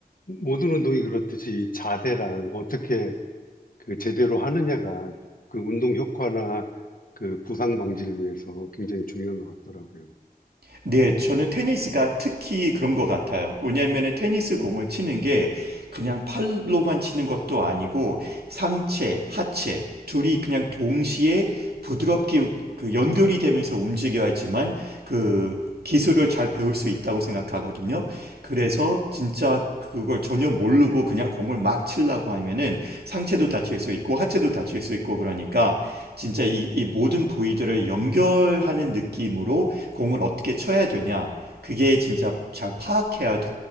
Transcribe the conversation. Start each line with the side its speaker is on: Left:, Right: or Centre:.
Left: 모든 운동이 그렇듯이 자세랑 어떻게 그 제대로 하느냐가 그 운동 효과나 그 부상 방지를 위해서 굉장히 중요한 것 같더라고요.
Right: 네, 저는 테니스가 특히 그런 것 같아요. 왜냐하면 테니스 공을 치는 게 그냥 팔로만 치는 것도 아니고 상체, 하체 둘이 그냥 동시에 부드럽게 그 연결이 되면서 움직여야지만 그 기술을 잘 배울 수 있다고 생각하거든요. 그래서 진짜 그걸 전혀 모르고 그냥 공을 막 치려고 하면은 상체도 다칠 수 있고 하체도 다칠 수 있고 그러니까 진짜 이, 이 모든 부위들을 연결하는 느낌으로 공을 어떻게 쳐야 되냐 그게 진짜 잘 파악해야